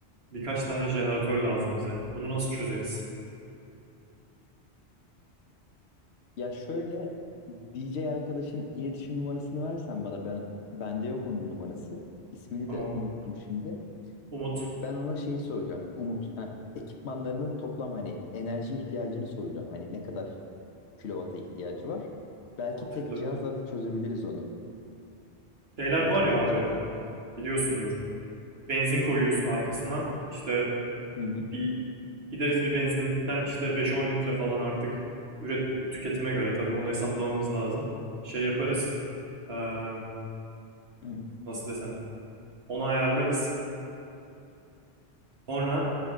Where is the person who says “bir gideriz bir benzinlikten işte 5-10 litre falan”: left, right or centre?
Right